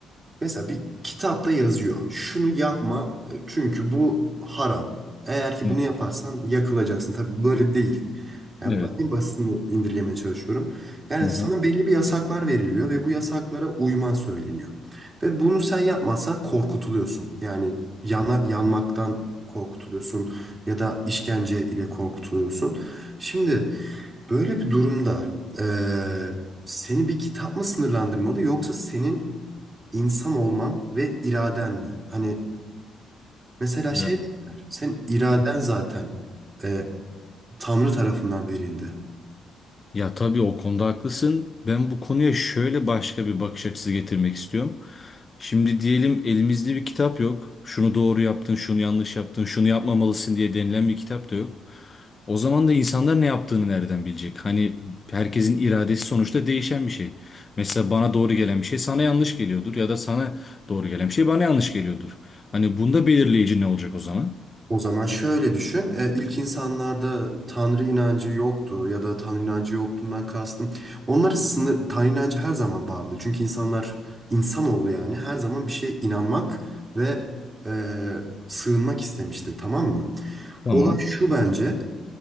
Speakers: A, on the right (about 30°); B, on the left (about 30°).
A: Mesela bir kitapta yazıyor. Şunu yapma e, çünkü bu haram. Eğer ki
B: Hı,
A: bunu yaparsan yakılacaksın. Tabii böyle değil. Yani
B: Evet.
A: bu- en basitini indirgemeye çalışıyorum. Yani
B: Hı hı.
A: sana belli bir yasaklar veriliyor ve bu yasaklara uyman söyleniyor. Ve bunu sen yapmazsan korkutuluyorsun. Yani yana, yanmaktan korkutuluyorsun ya da işkence ile korkutuluyorsun. Şimdi böyle bir durumda e, seni bir kitap mı sınırlandırmalı yoksa senin İnsan olman ve iraden mi? Hani mesela
B: Ya.
A: şey derler, sen iraden zaten e, Tanrı tarafından verildi.
B: Ya tabii o konuda haklısın. Ben bu konuya şöyle başka bir bakış açısı getirmek istiyorum. Şimdi diyelim elimizde bir kitap yok. Şunu doğru yaptın, şunu yanlış yaptın, şunu yapmamalısın diye denilen bir kitap da yok. O zaman da insanlar ne yaptığını nereden bilecek? Hani herkesin iradesi sonuçta değişen bir şey. Mesela bana doğru gelen bir şey sana yanlış geliyordur ya da sana doğru gelen bir şey bana yanlış geliyordur. Hani bunda belirleyici ne olacak o zaman?
A: O zaman şöyle düşün, e, ilk insanlarda Tanrı inancı yoktu ya da Tanrı inancı yoktuğundan kastım. Onları sınır, Tanrı inancı her zaman vardı. Çünkü insanlar insanoğlu yani her zaman bir şeye inanmak ve e, sığınmak istemiştir tamam mı?
B: Tamam.
A: Olay şu bence,